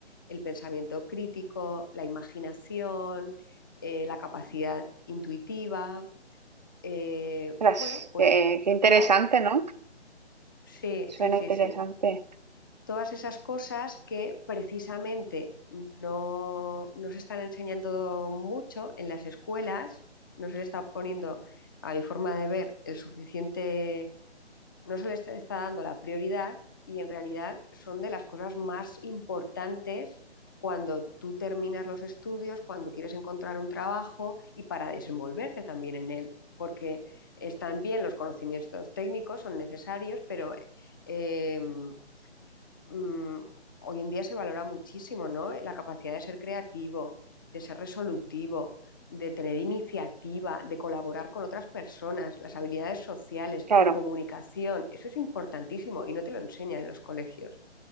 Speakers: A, on the left; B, on the right.
A: el pensamiento crítico, la imaginación, eh, la capacidad intuitiva. eh,
B: Ostras,
A: bueno, pues
B: qué, qué interesante,
A: todas...
B: ¿no?
A: Sí,
B: Suena
A: sí, sí,
B: interesante.
A: sí todas esas cosas que precisamente no, no se están enseñando mucho en las escuelas, no se le está poniendo, a mi forma de ver, el suficiente, no se le está está dando la prioridad y en realidad son de las cosas más importantes cuando tú terminas los estudios, cuando quieres encontrar un trabajo y para desenvolverte también en él, porque están bien los conocimientos técnicos, son necesarios, pero eh, em, mm, hoy en día se valora muchísimo, ¿no? Eh, La capacidad de ser creativo, de ser resolutivo, de tener iniciativa, de colaborar con otras personas, las habilidades sociales,
B: Claro,
A: de comunicación, eso es importantísimo y no te lo enseñan en los colegios.